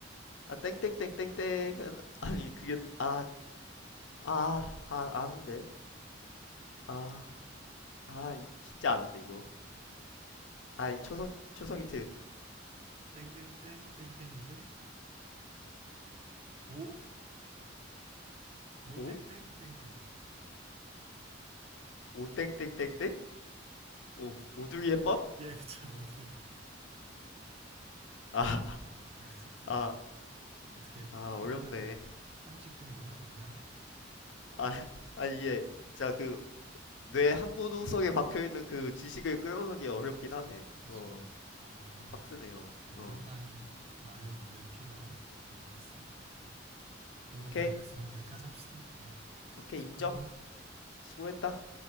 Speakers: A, on the left (about 70°); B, on the right (about 30°).
A: 아 땡땡땡땡땡은 아니 그게 아 아, 아, 아는데. 아. 아 진짜 아는데 이거. 아 초성 초성 힌트.
B: 땡땡땡, 땡땡인데, 오, 오땡땡,
A: 오?
B: 땡땡.
A: 오 땡땡땡땡? 오 오두리 햇번?
B: 예, <laughs> 그쵸, 오드라요
A: 아.
B: <laughs> 어, 이거였습니다.
A: 아.
B: 예. 어떻게,
A: 아
B: 이 정도면은
A: 어렵네.
B: 상식 좀 는 것 같나요?
A: 아. 아 이게 진짜 그 뇌 한 구석에 박혀 있는 그 지식을 끌어오는 게 어렵긴 하네.
B: 그쵸.
A: 어. 어.
B: 아무래도.
A: 좀 빡세네요.
B: 이게
A: 어.
B: 상당히 많은 노력이 필요한 그런 거였습니다. 예, 공부
A: 오케이.
B: 잘 됐으면 여기까지 합시다. 예,
A: 오케이.
B: 수고요.
A: 인정. 수고했다.